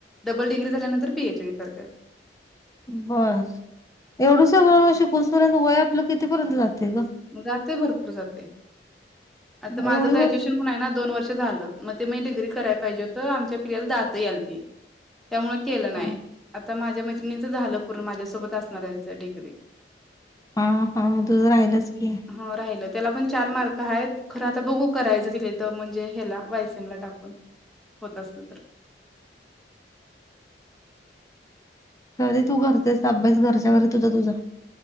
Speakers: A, in the centre; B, on the left.
A: डबल डिग्री झाल्यानंतर पी एच डी करत्यात. पी,
B: होय, एवढं सगळं शिकुसपर्यंत, वय आपलं कितीपर्यंत जातय ग?
A: जातय भरपूर जातय, आता माझं
B: एवढी
A: ग्रॅज्युएशन
B: वर्ष
A: नाही ना दोन वर्ष झालं, मग ते मी डिग्री कराय पाहिजे हुतं, आमच्या पिल्ल्याला दातं यालती त्यामुळे केलं नाही
B: हा
A: आता माझ्या मैत्रिणीचं झालं पूर्ण माझ्यासोबत असणाऱ्यांच डिग्री
B: हा हां मग तुझं राहिलंच की
A: हो राहिलं त्याला पण चार मार्क आहेत खरं आता बघू करायचं तिथल्या तिथं टाकून म्हणजे ह्याला वाय सी एमला टाकून होत असलं तर
B: तरी तू करतेस अभ्यास घरच्या घरी तुझा तुझा